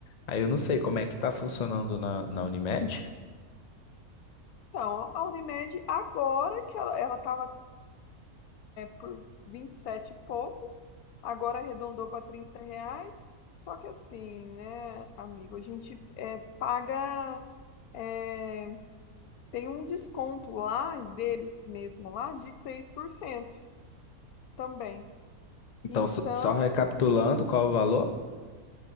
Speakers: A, on the left; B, on the left.
A: Aí eu não sei como é que tá funcionando na, na Unimed.
B: Então, a Unimed, agora que ela ela estava por vinte e sete e pouco, agora arredondou para 30 reais. Só que assim, né, amigo, a gente é, paga. é, Tem um desconto lá deles mesmo lá de 6% também.
A: Então,
B: Então,
A: só só recapitulando qual o valor?